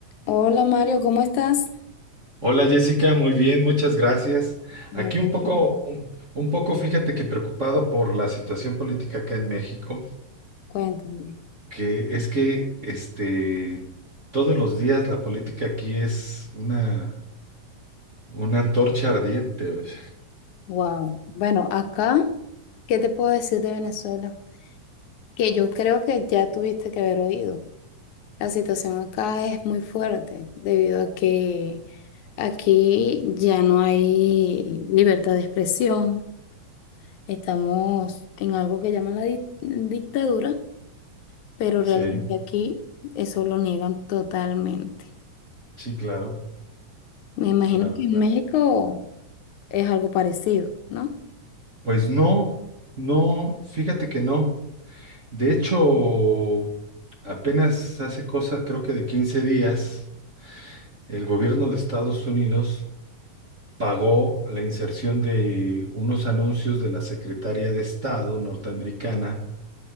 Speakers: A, on the left (about 75°); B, on the right (about 30°).
A: Hola Mario, ¿cómo estás?
B: Hola Jessica, muy bien, muchas gracias.
A: Me
B: Aquí
A: alegro.
B: un poco, un, un poco, fíjate que preocupado por la situación política acá en México,
A: Cuéntame.
B: que es que este, todos los días la política aquí es una, una antorcha ardiente. oye.
A: Wow. Bueno, acá, ¿qué te puedo decir de Venezuela? Que yo creo que ya tuviste que haber oído. La situación acá es muy fuerte debido a que aquí ya no hay libertad de expresión. Estamos en algo que llaman la dic- dictadura, pero realmente
B: Sí,
A: aquí eso lo niegan totalmente.
B: sí, claro,
A: Me imagino
B: claro,
A: que
B: claro.
A: en México es algo parecido, ¿no?
B: Pues no, no, fíjate que no. De hecho, apenas hace cosa, creo que de 15 días, el gobierno de Estados Unidos pagó la inserción de unos anuncios de la Secretaría de Estado norteamericana,